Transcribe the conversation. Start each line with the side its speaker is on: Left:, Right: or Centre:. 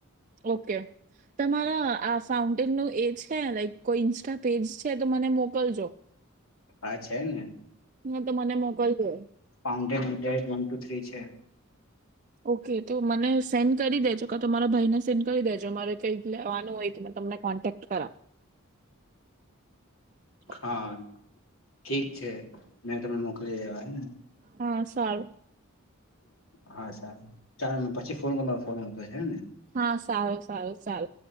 Right: ઓકે તમારા આ ફાઉન્ટેન નું એ છે, લક કોઈ ઇન્સ્ટા પેજ છે તો મને મોકલજો
Left: હા છે ને
Right: ના તો મને મોકલજો
Left: ફાઉન્ટેનેટ વન ટુ થ્રી છે.
Right: ઓકે તો મને સેન્ડ કરી દેજો ક તમારા ભાઈ ને સેન્ડ કરી દેજો મારે કઈ લેવાનું હોય તો તમને કોન્ટેક્ટ કર
Left: <inaudible>
Right: હમ
Left: હા ઠીક છે મેં તમને મોકલી દેવા હેને
Right: હા સારુ
Left: હા સાર ચાલ મ પછી ફોન કરરો ફોન આવતો છે હને
Right: હા સારુ સારુ સારુ